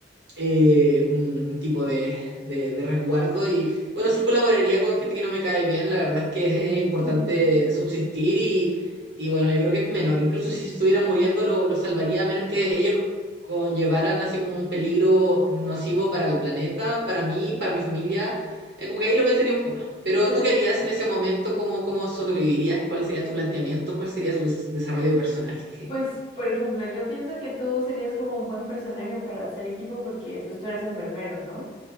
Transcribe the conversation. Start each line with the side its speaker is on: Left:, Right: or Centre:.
Right: eh, un, un tipo de, de, de resguardo y, bueno, sí colaboraría con gente que no me cae bien, la verdad es que es importante
Left: <laughs>
Right: subsistir y, y bueno, yo creo que es menor, incluso si estuvieran muriendo lo, lo salvaría a menos que ellos conllevaran así como un peligro nocivo para el planeta, para mí, para mi familia. Eh, como que ahí lo pensaría un poco más. Pero
Left: Pero,
Right: tú qué harías en ese momento, ¿cómo, cómo sobrevivirías? ¿Cuál sería tu planteamiento? ¿Cuál sería tu des- desarrollo de personaje?
Left: pues, por ejemplo, yo pienso que tú serías como un buen personaje para hacer equipo porque pues tú eres enfermero, ¿no?